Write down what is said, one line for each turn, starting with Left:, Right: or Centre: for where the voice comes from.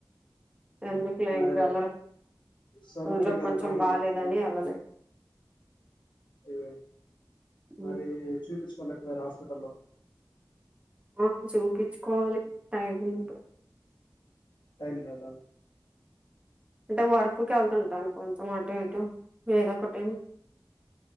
Right: ఎందుకులే
Left: అదే
Right: ఇంకా వెళ్ళడం
Left: సరుకులకి
Right: అందులో
Left: వెళ్తా
Right: కొంచెం
Left: అని
Right: బాగాలేదని
Left: చెప్పారు కదా
Right: ఎల్ళలే
Left: అయ్యో మరి
Right: ఉమ్
Left: చూపించుకోలేక పోయారా హాస్పిటల్లో
Right: ఆ చూపించుకోవాలి టైమ్ ఉన్నప్పుడు
Left: టైం లేదా
Right: అంటే వర్క్కి వెళ్తుంటాను కొంచెం అటు ఇటు ఏదో ఒకటి